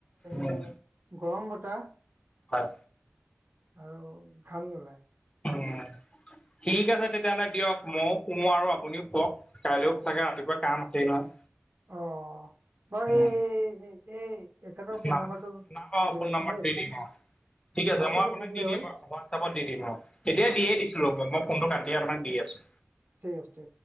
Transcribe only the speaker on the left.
উম
হয়
উম ঠিক আছে তেতিয়াহ'লে দিয়ক মইও শুও আৰু আপুনিও শুৱক কাইলৈও চাগে ৰাতিপুৱা কাম আছেই নহয়।
উম,
নাম
নাম অ
ফোন নাম্বাৰটো
দি দিম অ ঠিক আছে
মই আপোনাক
দি দিম
হোৱাটপত দি দিম আৰু এতিয়া
দিয়েই দি ৰ'ব মই ফোনটো কাটি আপোনাক দি আছোঁ